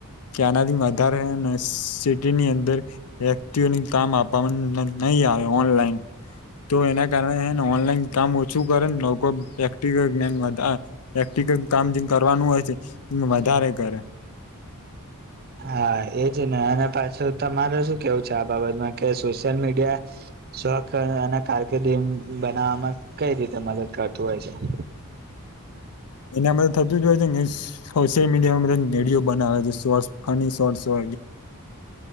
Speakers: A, on the left (about 80°); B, on the right (about 45°).
A: કયાનાથી વધારે સિટીની, અદર વ્યક્તિઓને કામ આપવાવામાં નહી. આવે ઓનલાઈન
B: <unintelligible> <inaudible>
A: તો એના કારણેને ઓનલાઈન કામ ઓછું કરેને લોકો એક્ટિક્ઞ ને વઘારે કામ જેમ કરવાનું હોય છે એ વધારે કરે
B: <unintelligible> <inaudible> <unintelligible> હા એજ ને અને પાછું તમારે શું કેવું છે આ બાબતમાં કે સોશિયલ મીડિયા શોખ અ અને કારકિર્દી બનાવવામાં કઈ રીતે મદદ કરતું હોય છે. <unintelligible> <inaudible> <unintelligible>
A: એના મા થતું જ હોય છે મિસ સોશિયલ મીડિયા વિડિયો બનાવે છે શોર્ટ, ફની શોર્ટ હો